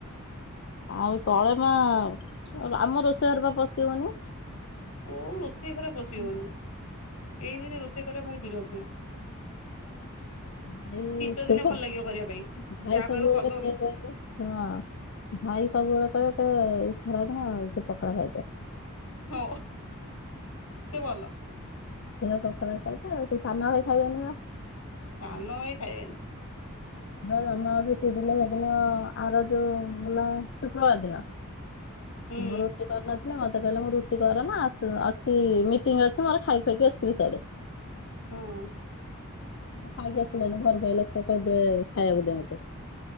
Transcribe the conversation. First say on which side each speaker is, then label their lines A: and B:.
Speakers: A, on the left; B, on the left.
A: ଆଉ ତଳେ ମାଆ-ଆ-ଆମ ରୋଷେଇ ଘରେ ପା ପଶିହବନି।
B: କୋଉ ରୋଷେଇ ଘରେ ପଶିହୋଉନି ଏଇ ଦିନେ ରୋଷେଇ କରିବା ଭାରି ବିରକ୍ତି।
A: ଭାଇ
B: ଶୀତ
A: ସେ
B: ଦିନେ
A: ସବୁ
B: ଭଲ ଲାଗିବ କରିବା ପାଇଁ
A: ଭାଇ
B: ଯାହା
A: ସବୁବେଳେ
B: କହିବ କରିଦବ
A: ବସିଲେ
B: କିଛି
A: କହିବେ ଶୁଣ ଭାଇ ସବୁବେଳେ କହିବେ କହିବେ ଖରାଦିନ ସେ ପଖାଳ ଖଇଦେ।
B: ହଁ ସିଏ ଭଲ।
A: ସିଏ ପଖାଳ ଖାଇଦବ ଆଉ ସେଇ ସାନଭାଇ ଖାଇବନି ପା।
B: ସନ ଭାଇ ଖାଇବେନି।
A: ଯେ ସାନଭାଇ ବି ଆସିଥିଲେ ସେଦିନ ଆର ଯୋଉ ଲ-ଶୁକ୍ରବାର ଦିନ।
B: ହୁଁ
A: ମୁଁ ରୁଟି କରିନଥିଲି ମ ସେ କହିଲେ ମୋର ରୁଟି କରନା ଆସ-ଅଛି ମିଟିଂ ଅଛି ମୋର ଖାଇ ଖୁଆକି ଆସିବି ସିଆଡେ।
B: ହଁ
A: ଖାଇକି ଆସିଲାନି ଘରକୁ ଆଇଲା <unintelligible> ଦେ ଖାଇବାକୁ ଦେ ମତେ